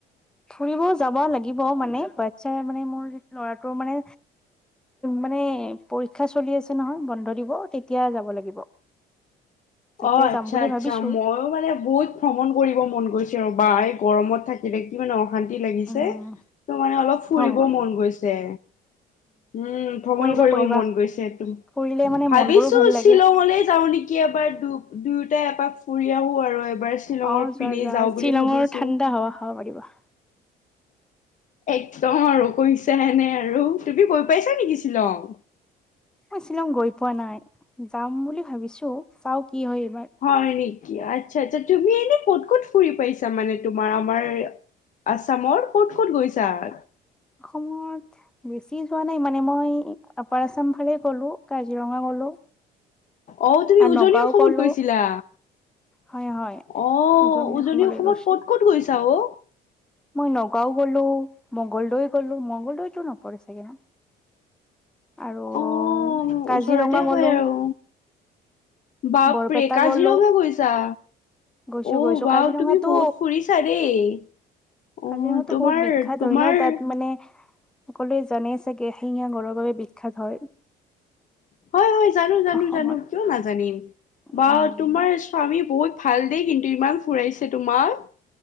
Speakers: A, in the centre; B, on the left.
A: ফুৰিব যাব লাগিব। মানে বাচ্ছাৰে মানে, মোৰ ল'ৰাটোৰ মানে, মানে পৰীক্ষা চলি আছে নহয়। বন্ধ দিব তেতিয়া যাব লাগিব। তেতিয়া
B: অঁ
A: যাম
B: আচ্ছা,
A: বুলি
B: আচ্ছা।
A: ভাবিছো
B: মইও মানে বহুত ভ্ৰমণ কৰিব মন গৈছে। বা'গৰমত থাকিলে কিমান - অশান্তি লাগিছে।
A: উম,
B: ত' মানে অলপ ফূৰিব
A: ভ্ৰমণ
B: মন গৈছে। উম ভ্ৰমণ
A: কৰিবা
B: কৰিব
A: কৰিবা।
B: মন গৈছে টো।
A: ফুৰিলে মানে
B: ভাবিছো
A: মন বোৰো ভাল
B: শ্বিলংঙলে
A: লাগে
B: যাওঁ নেকি। এবাৰ দূৰতে- এপাক ফুৰি আহো। আৰু- এবাৰ শ্বিলঙৰ
A: অঁ
B: পিনে
A: যোৱা, যোৱা
B: যাওঁ
A: শ্বিলঙৰ
B: বুলি ভাবিছো।
A: ঠাণ্ডা হাৱা খাব পাৰিবা।
B: একদম আৰু কৈছো- এনেই আৰু। তুমি গৈ পাইছা নেকি? শ্বিলং।
A: মই শ্বিলং গৈ। পোৱা নাই। যাম বুলি ভাবিছো, চাও কি হয় এইবাৰ।
B: হয় নেকি আচ্ছা আচ্ছা তুমি এনে ক'ত ক'ত ফুৰি পাইছা মানে তোমাৰ আমাৰ আছামৰ ক'ত ক'ত গৈছা? <unintelligible>
A: অসমত বেছি যোৱা নাই মানে মই আপাৰ আছাম ফালে গ'লো। কাজিৰঙা গ'লো
B: অ তুমি
A: আৰু
B: উজনি
A: নগাঁও
B: অসমত
A: গ'লো
B: গৈছিলা।
A: হয় হয়
B: অ উজনি
A: অসমলৈ
B: অসমত
A: গৈছিলো
B: ক'ত ক'ত গৈছিলা? লা অ।
A: মই নগাঁও গ'লো মঙ্গলদৈ গলো মংগলদৈতো নপৰি চাগে ন। আৰু
B: অ
A: কাজিৰঙা
B: ওচৰতে
A: গ'লো
B: হয় আৰু, বাপৰে
A: বৰপেটা
B: কাজিৰঙা
A: গ'লো
B: গৈছা?
A: গৈছো
B: অহ
A: গৈছো
B: ৱাও,
A: কাজিৰঙাতো
B: তুমি বহুত ফুৰিছা দেই। অ
A: কাজিৰঙাতো
B: তোমাৰ
A: বহুত বিখ্যাত
B: তোমাৰ
A: হয় ন তাত মানে সকলোৱে জানেই চাগে, এশিঙীয়া গঁড় ৰ বাবে বিখ্যাত হয়।
B: হয় হয় জানো জানো
A: অসমত।
B: জানো, কিয় নাজানিম বা
A: উম
B: তোমাৰ স্বামী বহুত। ভাল দেই কিন্তু ইমান ফুৰাইছে তোমাক।